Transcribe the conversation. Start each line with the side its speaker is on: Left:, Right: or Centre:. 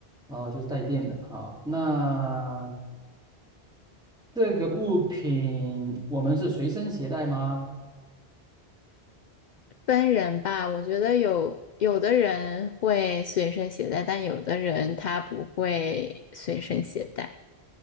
Centre: 哦，就是带电的。好，那这个物品我们是随身携带吗？
Left: 分人吧，我觉得有有的人会随身携带，但有的人他不会随身携带。